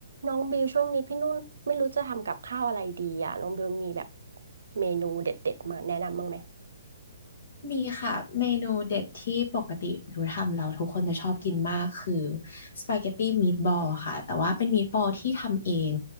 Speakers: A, on the right; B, on the left.
A: น้องบิวช่วงนี้พี่นุ่นไม่รู้จะทำกับข้าวอะไรดีอ่ะน้องบิวมีแบบเมนูเด็ดๆมาแนะนำบ้างไหม
B: มีค่ะเมนูเด็ดที่ปกติบิวทำเราทุกคนจะชอบกินมากคือสปาเกตตี้มีดบอลค่ะแต่ว่าเป็นมีดบอลที่ทำเอง